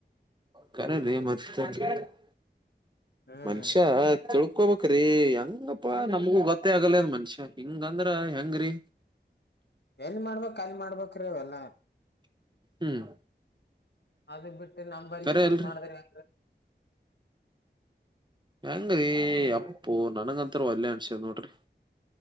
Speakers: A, on the right; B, on the left.
A: ಕರದ ಮತ್ತೆ <unintelligible>
B: ಹ್ಮ್
A: ಮನುಷ್ಯ <unintelligible> ಅಕೋಬಕ್ ಹೆಂಗಪ್ಪಾ ನಮ್ಗೂ ಗೊತ್ತೇ ಆಗಲ್ಲ ಅಂದ್ ಮನಷ್ಯ ಹಿಂಗಂದ್ರೆ ಹೆಂಗ್ರೀ
B: ಎಲ್ ಮಾಡ್ಬೇಕ್ ಅಲ್ ಮಾಡ್ಬೇಕ್ರೀ ಎಲ್ಲಾ
A: ಹ್ಮ್
B: ಅದು ಬಿಟ್ಟು ನಮ್ಮಂಬಲ್ಲಿ
A: ಕರೆ ಅಲ್ರಿ
B: ಮಾಡಿದ್ರಂದೆ
A: ಹೆಂಗ್ ರೀ ಅಪ್ಪು ನನಂಗಂತಾರು ವಲ್ಲೇ ಅನ್ಸದ್ ನೋಡ್ರಿ